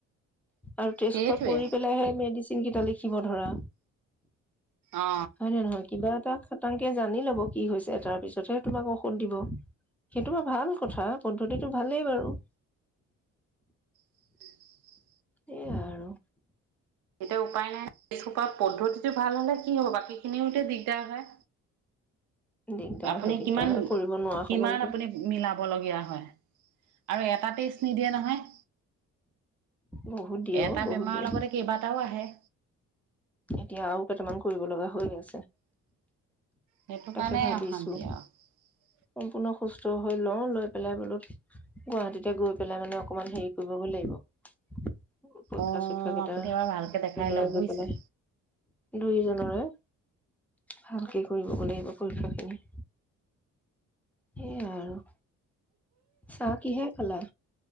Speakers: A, in the centre; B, on the right.
A: আৰু টেষ্ট
B: সেইটোৱে
A: হোপা কৰি পেলাইহে মেডিচিন যিকেইটা লিখিব ধৰা
B: অ
A: হয় নে নহয় কিবা এটা তেওঁলোকে জানি লব কি হৈছে তাৰ পিছতহে তোমাক ঔষধ দিব সেইটো বোৰ ভাল কথা পদ্ধতিটো ভালেই বাৰু উম
B: উম
A: এই আৰু
B: এতিয়া উপায় নাই এইহোপা পদ্ধতিটো ভাল হলে কি হ'ব বাকী খিনিতে দিগদাৰ হয়
A: দিগদাৰ
B: আপুনি
A: হয় দিগদাৰ
B: কিমান
A: হয় কৰিব নোৱাৰা
B: কিমান
A: সকলতো
B: আপুনি মিলাব লগীয়া হয় আৰু এটা টেষ্ট নিদিয়ে নহয়
A: বহুত দিয়ে
B: এটা
A: অ বহুত
B: বেমাৰৰ
A: দিয়ে
B: লগতে কেইবাটাও আহে
A: এতিয়া আৰু কেইটামান কৰিব লগা হৈ আছে
B: সেইটো
A: তাকে
B: কাৰণেই
A: ভাবিছো
B: অশান্তি আৰু
A: সম্পূৰ্ণ সুস্থ হৈ লওঁ লৈ পেলাই বোলো গুৱাহাটীতে গৈ পেলাই মানে অকমান হেৰি কৰিবগৈ লাগিব পৰীক্ষা
B: অ
A: চৰীক্ষা কেইটা
B: আপুনি এবাৰ ভালকে
A: দুইজনৰে
B: দেখাই লওক
A: গৈ
B: বুজিছে
A: পেলাই দুইজনৰে ভালকে কৰি লব লাগিব পৰীক্ষাখিনি সেইয়াই আৰু চাহ কিহে খালা